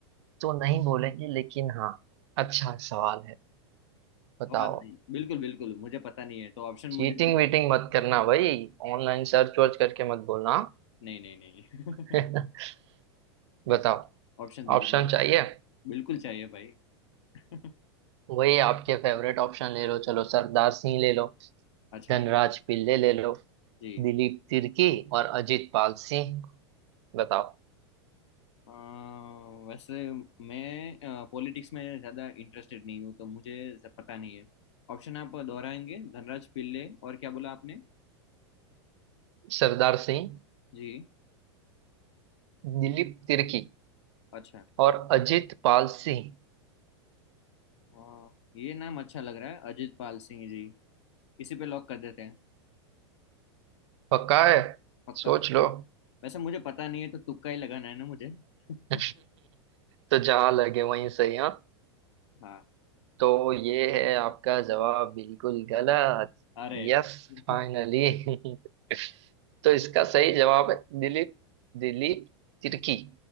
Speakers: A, on the right; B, on the left.
A: तो नहीं बोलेंगे लेकिन हाँ अच्छा सवाल है बताओ
B: और बिल्कुल बिल्कुल मुझे पता नहीं है तो ऑप्शन
A: चीटिंग
B: मुझे
A: वीटिंग मत करना भाई ऑनलाइन सर्च वर्च करके मत बोलना
B: नहीं नहीं नहीं
A: <laughs> बताओ
B: <laughs> ऑप्शन दीजिए
A: ऑप्शन
B: मुझे
A: चाहिए
B: बिल्कुल चाहिए भाई <laughs>
A: वही आपके फेवरेट ऑप्शन ले लो चलो सरदार सिंह ले लो
B: अच्छा
A: धनराज पिल्ले ले लो
B: जी
A: दिलीप तिर्की और अजीत पाल सिंह बताओ
B: अ, वैसे मैं पॉलिटिक्स में ज़्यादा इंटरेस्टेड नहीं हूँ तो मुझे ज- पता नहीं है ऑप्शन आप दोहराएंगे धनराज पिल्ले और क्या बोला आपने
A: सरदार सिंह
B: जी
A: दिलीप तिर्की
B: अच्छा
A: और अजीत पाल सिंह
B: अ, ये नाम अच्छा लग रहा है अजित पाल सिंह जी इसी पे लॉक कर देते हैं
A: पक्का है
B: पक्का
A: सोच
B: पक्का
A: लो
B: वैसे मुझे पता नहीं है तो तुक्का ही लगाना है ना मुझे <laughs>
A: <laughs> तो जहां लगे वहीं सही हाँ
B: हाँ
A: तो ये है आपका जवाब बिल्कुल गलत
B: अरे
A: Yes
B: <laughs>
A: finally <laughs> तो इसका सही जवाब है दिलीप दिलीप तिर्की